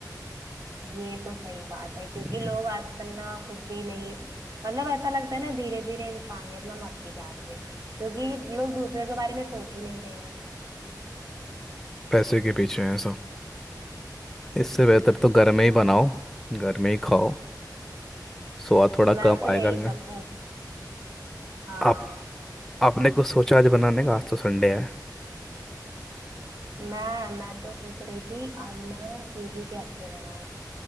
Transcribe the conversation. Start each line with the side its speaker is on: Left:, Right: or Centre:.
Right: ये तो सही बात है क्योंकि
Centre: हम्म,
Right: लोग आजकल ना कुछ भी नहीं मतलब ऐसा लगता है ना धीरे धीरे इंसानियत ना मरती जा रही है क्योंकि लोग दूसरे के बारे में सोच ही नहीं रहे हैं
Centre: पैसे के पीछे हैं सब इससे बेहतर तो घर
Right: वही
Centre: में ही
Right: ना
Centre: बनाओ घर में ही खाओ स्वाद थोड़ा
Right: मैं
Centre: कम
Right: तो
Centre: आएगा
Right: यही
Centre: लेकिन-
Right: सब हाँ
Centre: आप आपने कुछ सोचा आज बनाने का आज तो संडे है
Right: मैं मैं तो सोच रही थी आज मैं सूजी के अप्पे बनाऊं